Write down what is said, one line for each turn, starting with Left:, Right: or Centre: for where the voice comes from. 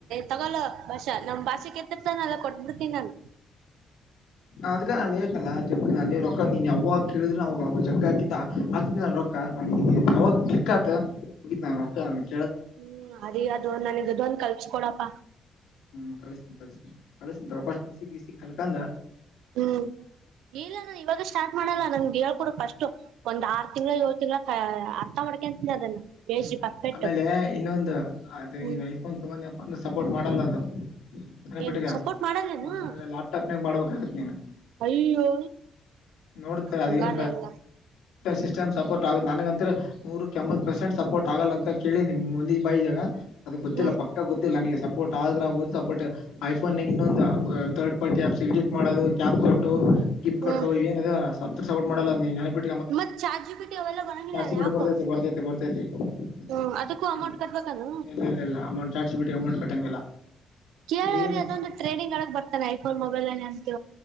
Right: ತಗೊಲ್ಲ ಭಾ ನಮ್ಮ್ ಭಾಷೆಕ ಕೊಡ್ತಿದನಲ್ಲ ಕೊಟ್ಟುಬಿಡ್ತೀನಿ ನಾನು
Left: ಅದ್ ನಾನ್ ಹೇಳ್ತನಲ್ಲ ಜಗ್ಗ ನಾನ ರೊಕ್ಕ ನೀನ್ ಯಾವಾಗ ಕೇಳಿದ್ರ ನ ಅವಾಗ ಜಗ್ಗ ಹಾಕಿದ್ದ ಹಾಕಿತಿನಿನಲ್ಲ ರೊಕ್ಕ ಅವಾಗ ಕ್ಲಿಕ್ ಆತ ಮುಗಿತು ನನ್ನ ಮಕ್ಕಳ
Right: ಹ್ಮ್ ಅದ ಅದು ನನಗೆ ಇದು ಒಂದು ಕಳ್ಸಿಕೊಡಪ್ಪ
Left: ಹ್ಮ್ ಕಳಿಸ್ತನಿ ತಡಿ ಕಳಿಸ್ತೀನಿ ತಕೋಲ್ಲ ಕಳ್ಕೊಂಡು
Right: ಹ್ಮ್ ಇಲ್ಲ ನಾನು ಇವಾಗ ಸ್ಟಾರ್ಟ್ ಮಾಡಲ್ಲ ನನ್ಗೆ ಹೇಳ್ಕೊಡು ಫ್ರಿಸ್ಟ್ ಒಂದ್ ಆರು ತಿಂಗಳು ಏಳು ತಿಂಗಳು ಅರ್ಥ ಮಾಡ್ಕಂತನಿ ಅದನ್ನ ಬೇಸಿ
Left: ಹ್ಮ್
Right: ಪರ್ಫೆಕ್ಟ್
Left: ಆಮೇಲೆ ಇನ್ನೊಂದು ಅದು
Right: ಹ್ಮ್.
Left: ನೀನ್ ಐಫೋನ್ ತಕೊಂದ್ಯಾಪ್ಪ ಅಂದ್ರೆ ಸಪೋರ್ಟ್ ಮಾಡಲ್ಲ ಅದು ನೆನಪಿಟ್ಟಗ
Right: ಏನ್ ಸಪೋರ್ಟ್ ಮಾಡಲ್ಲೇನು.
Left: ಆ ಲ್ಯಾಪ್ಟಾಪ್ನಾಗ ಮಾಡ್ಬೇಕಾಗತ್ ನೀನ್
Right: ಅಯ್ಯೋ
Left: ನೋಡ್ತಾರೆ
Right: ಹಂಗಾರ
Left: ಅದೇನು
Right: ಹೆಂಗ
Left: ಸಿಸ್ಟಮ್ ಸಪೋರ್ಟ್ ಆಗುತ್ತೆ ನನಗಂತ್ರೆ ನೂರಕ್ಕೆ ಎಂಬತ್ತು ಪರ್ಸೆಂಟ್ ಸಪೋರ್ಟ್ ಆಗಲ್ಲ ಅಂತ ಕೇಳಿದಿನಿ ಮೊನ್ನೆ ಬಂದಿದಾಗ ಅದು ಗೊತ್ತಿಲ್ಲ
Right: ಹ್ಮ್
Left: ಪಕ್ಕ ಗೊತ್ತಿಲ್ಲ ನನಗೆ ಸಪೋರ್ಟ್ ಆದ್ರ ಆಗ್ಬಹದು ಸಪೋರ್ಟ್ ಐಫೋನ್ ನಾಗ ಇನ್ನೊಂದು ತಥರ್ಡ್ ಪಾರ್ಟಿ ಆಪ್ಸ್ ಎಡಿಟ್ ಮಾಡೋದು ಕ್ಯಾಪ್ ಕಟ್ಟು ಗಿಪ್ ಕೊಟ್ಟು
Right: ಹ್ಮ್
Left: ಏನಿದೆಯಲ್ಲ ಸತ್ರು ಸಪೋರ್ಟ್ ಮಾಡಲ್ಲ ನೆನಪಿ
Right: ಮತ್ ಚಾರ್ಜಿ ಬಿಟ್ಟಿ ಅವೆಲ್ಲ ಬರಂಗಿಲ್ಲ
Left: ಚಾರ್ಸಿೀ ಬರ್ತ
Right: ಯಾಕೋ
Left: ಬರ್ತೈ ಬರ್ತತಿ ಹ
Right: ಹ್ಮ್ ಅದಕ್ಕೂ ಅಮೌಂಟ್ ಕಟ್ಬೇಕಾನ
Left: ಇಲ್ಲ ಇಲ್ಲ ಇಲ್ಲ ಅ ಬಿ ಮಟ್ ಕಟ್ಟಂಗಿಲ್ಲ
Right: ಕೇಳ್ರ
Left: ಏನಿದ
Right: ಅದಂದು ಟ್ರೇಡಿಂಗ್ಳಗ್ ಬತಾರೆ ಐಫೋನ್ ಮೊಬೈಲ್ ಅ ಅ